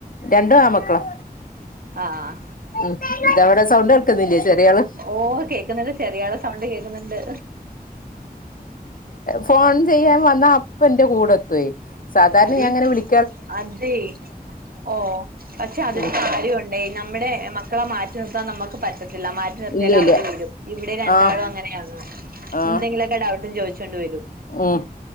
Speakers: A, on the left; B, on the right.
A: രണ്ടു ആമക്കളാ
B: ആഹ്
A: ഉം ഇതവിടെ സൗണ്ട് കേൾക്കുന്നില്ലേ ചെറിയള്
B: ഓ കേക്കുന്നുണ്ട് ചെറിയള സൗണ്ട് കേക്കുന്നുണ്ട്.
A: ഫോൺ ചെയ്യാൻ വന്ന അപ്പന്റെ കൂടെ എത്തേ സാധണ
B: അതി
A: ഞാങ്ങനെ വിളി
B: അതെ ഓ പക്ഷെ അതൊരു
A: ഉം
B: കാര്യമുണ്ടേ നമ്മുടെ മക്ക മക്കളെ മാറ്റി നിർത്താൻ നമുക്ക് പറ്റത്തില്ല മാറ്റി നിർത്തിയാൽ
A: ഇല്ല ഇല്ല
B: അവര് വരും ഇവിടെ രണ്ടാളും
A: ആഹ്
B: അങ്ങനെയാണ്
A: ആഹ്
B: എന്തെങ്കിലുമൊക്കെ ഡൗട്ടും ചോദിച്ചോണ്ട് വരും.
A: ഉം